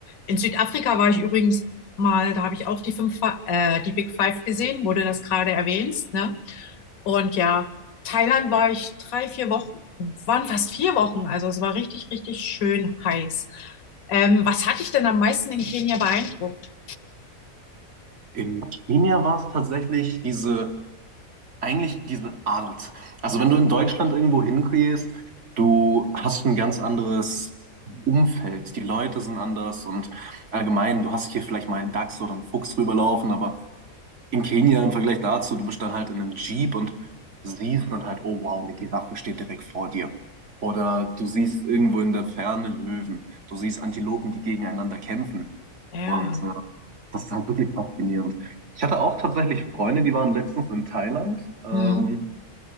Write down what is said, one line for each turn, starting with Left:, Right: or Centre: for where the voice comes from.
Left: In Südafrika war ich übrigens mal, da habe ich auch die fünf, Fa- äh, die Big Five gesehen, wo du das gerade erwähnst, ne? Und ja, Thailand war ich drei, vier Wochen, waren fast vier Wochen. Also es war richtig, richtig schön heiß. Ähm, was hat dich denn am meisten in Kenia beeindruckt?
Right: In Kenia war es tatsächlich diese, eigentlich diese Art. Also wenn du in Deutschland irgendwo hingehst, du hast ein ganz anderes Umfeld. Die Leute sind anders und allgemein, du hast hier vielleicht mal einen Dachs oder einen Fuchs rüberlaufen, aber in Kenia im Vergleich dazu, du bist dann halt in einem Jeep und siehst dann halt, oh wow, eine Giraffe steht direkt vor dir. Oder du siehst irgendwo in der Ferne Löwen. Du siehst Antilopen, die gegeneinander kämpfen.
Left: Ja.
Right: Und äh, das ist halt wirklich faszinierend. Ich hatte auch tatsächlich Freunde, die waren letztens in Thailand. Ähm,
Left: Hm.